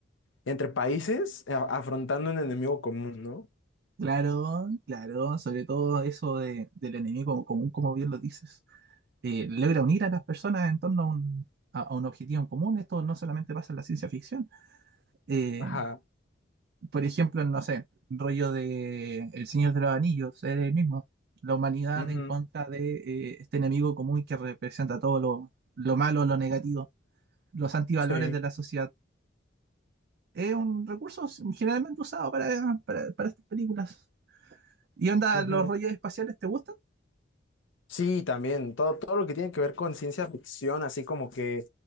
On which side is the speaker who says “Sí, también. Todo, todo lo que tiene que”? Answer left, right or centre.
Left